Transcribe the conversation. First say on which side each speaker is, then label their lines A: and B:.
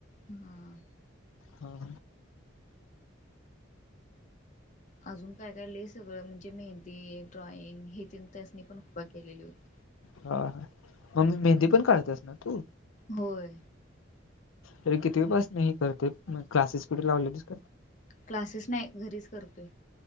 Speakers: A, on the left (about 40°); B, on the left (about 80°).
A: हा.
B: हा..
A: अजून काय, काय ले सगळं म्हणजे मेहंदी, ड्रॉइंग हे तीन तासनी पण खूप केलेली होती.
B: हा हा मग मेहंदी पण काढतेस ना तू?
A: होय.
B: तर कितीवी पासन हे करते मग क्लासेस कुठे लावले तस?
A: क्लासेस नाही घरीच करतोय.